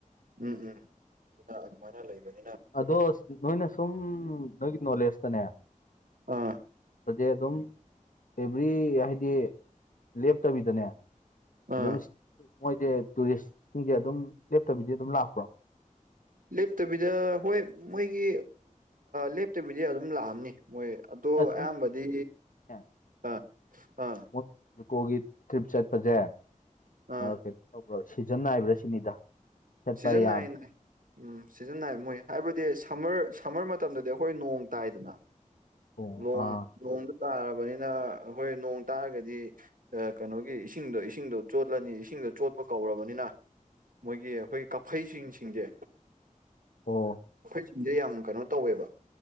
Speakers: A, on the right (about 85°); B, on the left (about 75°).
A: ꯎꯝ ꯎꯝ ꯑꯗꯨꯅ ꯑꯗꯨꯃꯥꯏꯅ ꯂꯩꯕꯅꯤꯅ
B: ꯑꯗꯣ ꯅꯣꯏꯅ ꯁꯨꯝ ꯅꯣꯏꯒꯤ ꯅꯣꯂꯦꯖꯇꯅꯦ
A: ꯑꯥ
B: ꯗꯦ ꯑꯗꯨꯝ ꯑꯦꯕ꯭ꯔꯤ ꯍꯥꯏꯗꯤ ꯂꯦꯞꯇꯕꯤꯗꯅꯦ
A: ꯑꯥ
B: ꯑꯗꯨꯝ ꯃꯣꯏꯁꯦ ꯇꯨꯔꯤꯁꯁꯤꯡꯁꯦ ꯑꯗꯨꯝ ꯂꯦꯞꯇꯕꯤꯗꯤ ꯑꯗꯨꯝ ꯂꯥꯛꯄ꯭ꯔꯣ
A: ꯂꯦꯞꯇꯕꯤꯗ ꯍꯣꯏ ꯃꯣꯏꯒꯤ ꯂꯦꯞꯇꯕꯤꯗ ꯑꯗꯨꯝ ꯂꯥꯛꯑꯝꯅꯤ ꯃꯣꯏ ꯑꯗꯣ
B: ꯁꯨꯝ
A: ꯑꯌꯥꯝꯕꯗꯤ
B: ꯅꯦ
A: ꯑꯥ ꯑꯥ
B: ꯃꯣꯏ ꯖꯨꯀꯣꯒꯤ ꯇ꯭ꯔꯤꯞ ꯆꯠꯄꯁꯦ
A: ꯑꯥ
B: ꯀꯩꯅꯣ ꯇꯧꯕ꯭ꯔꯥ ꯁꯤꯖꯟ ꯅꯥꯏꯕ꯭ꯔꯥ ꯁꯤꯅꯤꯗ ꯆꯠꯄ
A: ꯁꯤꯖꯟ
B: ꯌꯥꯕ
A: ꯅꯥꯏꯅꯦ ꯎꯝ ꯁꯤꯖꯟ ꯅꯥꯏꯟ ꯃꯣꯏ ꯍꯥꯏꯕꯗꯤ ꯁꯝꯃꯔ ꯁꯝꯃꯔ ꯃꯇꯝꯗꯗꯤ ꯑꯩꯈꯣꯏ ꯅꯣꯡ ꯇꯥꯏꯗꯅ
B: ꯑꯣ
A: ꯅꯣꯡ
B: ꯑꯥ
A: ꯅꯣꯡꯗ ꯇꯥꯔꯕꯅꯤꯅ ꯑꯩꯈꯣꯏ ꯅꯣꯡ ꯇꯥꯔꯒꯗꯤ ꯀꯩꯅꯣꯒꯤ ꯏꯁꯤꯡꯗꯣ ꯏꯁꯤꯡꯗꯣ ꯆꯣꯠꯂꯅꯤ ꯏꯁꯤꯡ ꯆꯣꯠꯄ ꯀꯧꯔꯕꯅꯤꯅ ꯃꯣꯏꯒꯤ ꯑꯩꯈꯣꯏꯒꯤ ꯀꯥꯐꯩ ꯁꯤꯡꯁꯦ
B: ꯑꯣ
A: ꯁꯤꯡꯁꯦ ꯌꯥꯝ ꯀꯩꯅꯣ ꯇꯧꯋꯦꯕ